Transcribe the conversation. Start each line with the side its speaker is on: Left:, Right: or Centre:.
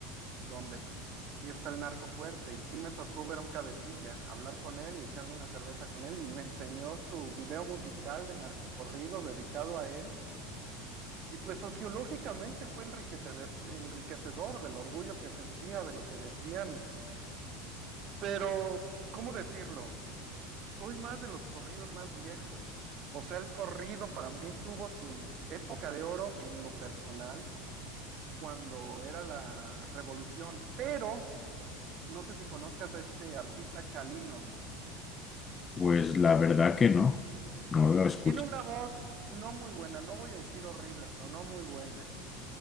Right: donde pues sí está el narco fuerte y sí me tocó ver a un cabecilla, hablar con él y echarme una cerveza con él y me enseñó su video musical de narcocorrido dedicado a él y pues sociológicamente fue enriquecedor, enriquecedor del orgullo que sentía, de lo que decían, pero ¿cómo decirlo? Soy más de los corridos más viejos. O sea, el corrido para mí tuvo su época de oro en lo personal cuando era la revolución, pero No sé si conozcas a este artista Chalino.
Left: Pues la verdad que no, no lo escucho.
Right: Tiene una voz no muy buena, no voy a decir horrible, pero no muy buena.